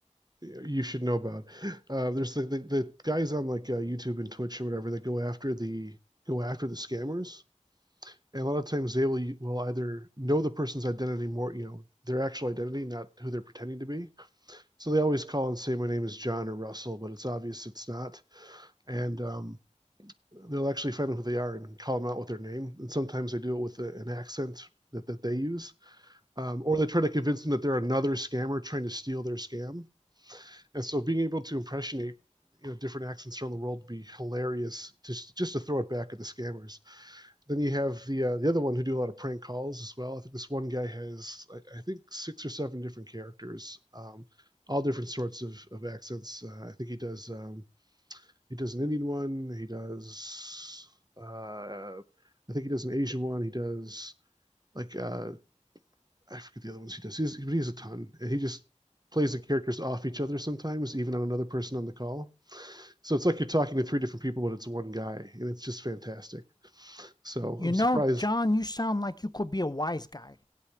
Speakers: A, on the right; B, on the left.
A: uh, you should know about. Uh, there's the, the the guys on like uh, YouTube and Twitch or whatever that go after the go after the scammers, and a lot of times they will will either know the person's identity more, you know, their actual identity, not who they're pretending to be. So they always call and say, "My name is John or Russell," but it's obvious it's not, and um, they'll actually find out who they are and call them out with their name. And sometimes they do it with a, an accent that, that they use, um, or they try to convince them that they're another scammer trying to steal their scam and so being able to impressionate you know different accents around the world would be hilarious to, just to throw it back at the scammers then you have the uh, the other one who do a lot of prank calls as well i think this one guy has i, I think six or seven different characters um, all different sorts of, of accents uh, i think he does um, he does an indian one he does uh, i think he does an asian one he does like uh, I forget the other ones he does. He's, but he has a ton, and he just plays the characters off each other sometimes, even on another person on the call. So it's like you're talking to three different people, but it's one guy, and it's just fantastic. So
B: You
A: I'm
B: know,
A: surprised.
B: John, you sound like you could be a wise guy.